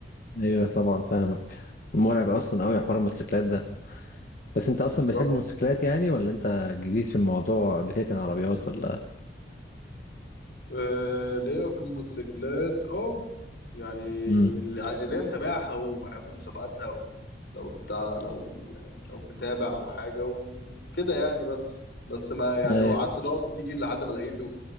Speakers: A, on the left; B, on the left.
A: أيوه طبعا فاهمك مرعب أصلا أوي حوار الموتوسيكلات ده بس
B: بالظبط
A: أنت أصلا بتحب الموتوسيكلات يعني ولا أنت جديد في الموضوع قبل كده كان عربيات ولا
B: آه، ليا في الموتوسيكلات اه يعني
A: امم
B: من اللي- يعني ليا متابعها وبحب مسابقاتها و... لو تا... لو يعني لو متابع او حاجه وكده يعني بس بس ما يعني
A: أيوه
B: قعدت ادور كتير لحد ما لقيته